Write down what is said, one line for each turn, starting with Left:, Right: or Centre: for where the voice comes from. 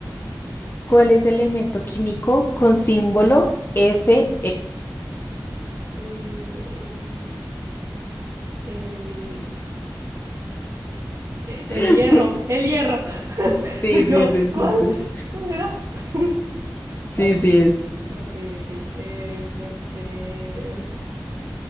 Left: ¿Cuál es el elemento químico con símbolo Fe?
Right: Eh, el,
Left: <laughs>
Right: el hierro, el hierro. <laughs>
Left: Sí,
Right: Yo,
Left: sí, sí,
Right: ¿cuál?
Left: sí, sí.
Right: ¿Cuál era? <laughs>
Left: Sí,
Right: Aquí.
Left: sí es.
Right: Ok, ok. Eh, entonces,